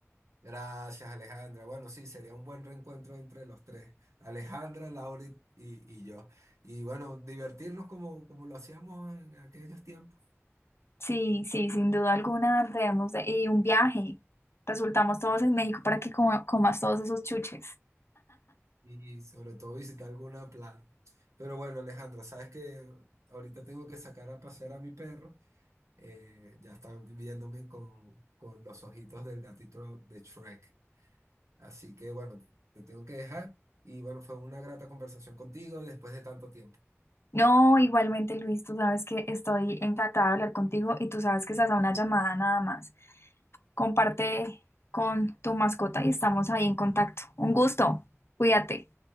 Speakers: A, on the right; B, on the left.
A: Gracias, Alejandra. Bueno, sí, sería un buen reencuentro entre los tres, Alejandra, Laura y, y yo. Y bueno, divertirnos como, como lo hacíamos en aquellos tiempos
B: Sí, sí, sin duda alguna debemos de... Y un viaje. Resultamos todos en México para que coma- comas todos esos chuches.
A: y sobre todo visitar alguna playa. Pero bueno, Alejandra, sabes que ahorita tengo que sacar a pasear a mi perro. eh, ya están viéndome con, con los ojitos del gatito de Shrek. Así que bueno, te tengo que dejar y bueno, fue una grata conversación contigo después de tanto tiempo.
B: No, igualmente Luis, tú sabes que estoy encantada de hablar contigo y tú sabes que estás a una llamada nada más. Comparte con tu mascota y estamos ahí en contacto. Un gusto. Cuídate.